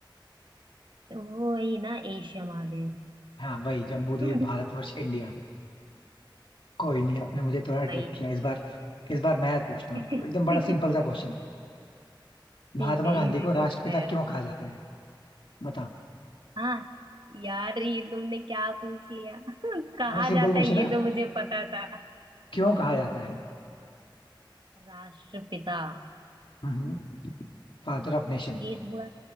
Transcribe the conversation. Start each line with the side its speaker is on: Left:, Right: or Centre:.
Right: वो वही ना एशिया महादेव
Left: हाँ वही जम्बू द्वीप
Right: रोड-
Left: भारतवर्ष इंडिया कोई नहीं आपने मुझे थोड़ा ट्रिक
Right: वही
Left: किया इस बार इस बार मैं पूछता
Right: <laughs>
Left: हूँ एकदम बड़ा सिंपल सा क्वेश्चन महात्मा
Right: ठीक है
Left: गांधी
Right: इजी
Left: को
Right: पूछना
Left: राष्ट्रपिता
Right: है यार
Left: क्यों कहा जाता है बताओ
Right: हाँ यार ये तुमने क्या पूछ लिया <laughs> कहाँ
Left: बहुत सिंपल
Right: जाता
Left: क्वेश्चन
Right: है
Left: है
Right: ये तो मुझे पता था
Left: क्यों कहा जाता है
Right: राष्ट्रपिता
Left: हम्म, फादर ऑफ नेशन
Right: ये थोड़ा